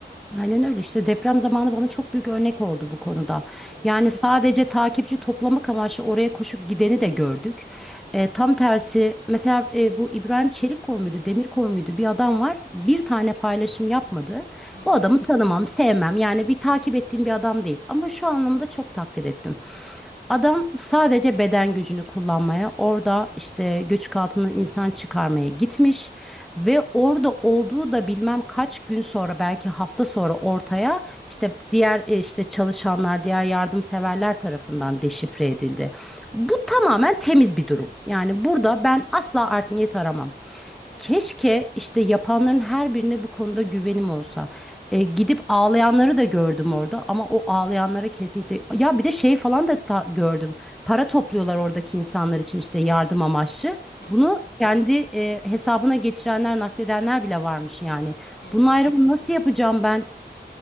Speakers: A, in the centre; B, on the left.
A: Aynen öyle işte deprem zamanı bana çok büyük örnek oldu bu konuda.
B: Evet.
A: Yani sadece takipçi toplamak amaçlı oraya koşup gideni de gördük. E, tam tersi mesela e, bu İbrahim Çelikkol muydu Demirkol muydu bir adam var bir tane paylaşım yapmadı.
B: Hı hı,
A: Bu adamı tanımam sevmem yani bir takip ettiğim bir adam değil ama şu anlamda çok takdir ettim. Adam sadece beden gücünü kullanmaya, orada işte göçük altından insan çıkarmaya gitmiş ve orada olduğu da bilmem kaç gün sonra belki hafta sonra ortaya işte diğer e, işte çalışanlar, diğer yardımseverler tarafından deşifre edildi. Bu tamamen temiz bir durum. Yani burada ben asla art niyet aramam. Keşke işte yapanların her birine bu konuda güvenim olsa. E, gidip ağlayanları da gördüm orada ama o ağlayanlara kesinlikle ya bir de şey falan da ta- gördüm. Para topluyorlar oradaki insanlar için işte yardım amaçlı.
B: hı hı,
A: Bunu kendi e, hesabına geçirenler, nakledenler bile varmış yani.
B: hı hı.
A: Bunun ayrımını nasıl yapacağım ben?